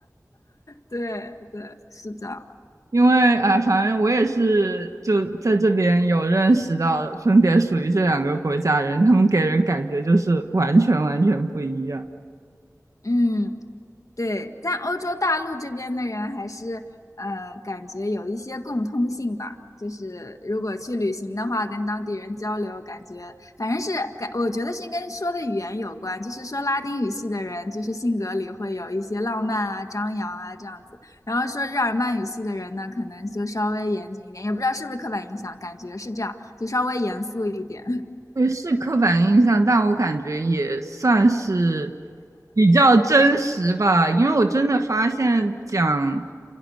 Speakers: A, on the left (about 60°); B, on the right (about 60°).
A: 对对，是的，
B: 因为哎，反正我也是就在这边有认识到，分别属于这两个国家人，他们给人感觉就是完全完全不一样。
A: 嗯，对，但欧洲大陆这边的人还是呃，感觉有一些共通性吧。就是如果去旅行的话，跟当地人交流，感觉反正是感，我觉得是跟说的语言有关。就是说拉丁语系的人，就是性格里会有一些浪漫啊、张扬啊这样子。然后说日耳曼语系的人呢，可能就稍微严谨一点，也不知道是不是刻板印象，感觉是这样，就稍微严肃一点。
B: 也是刻板印象，但我感觉也算是比较真实吧，因为我真的发现讲